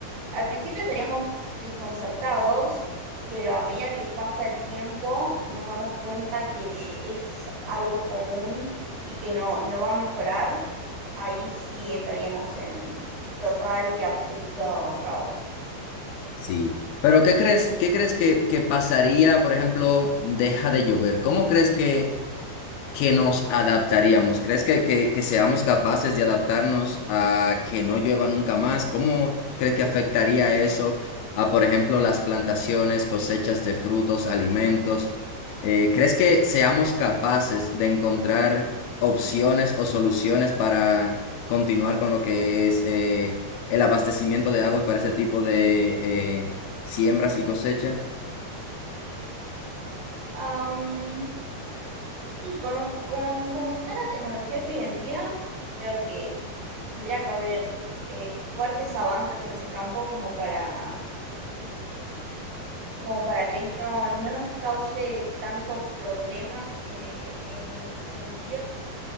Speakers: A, on the right; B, on the left.
A: al principio estaríamos desconcertados, pero a medida que pasa el tiempo y nos damos cuenta que es algo común y que no, no va a mejorar, ahí sí entraríamos en total y absoluto caos.
B: Sí. Pero ¿qué crees, qué crees que, que pasaría, por ejemplo, deja de llover? ¿Cómo crees que, que nos adaptaríamos? ¿Crees que, que, que seamos capaces de adaptarnos a que no llueva nunca más? ¿Cómo crees que afectaría eso a, por ejemplo, las plantaciones, cosechas de frutos, alimentos? Eh, ¿crees que seamos capaces de encontrar opciones o soluciones para continuar con lo que es eh, el abastecimiento de aguas para ese tipo de eh, siembras y cosechas?
A: Am, y con lo, con cómo está la tecnología hoy en día, creo que tendría que haber eh, fuertes avances en ese campo como para como para que no, no nos cause tantos problemas en, e- en ese sentido.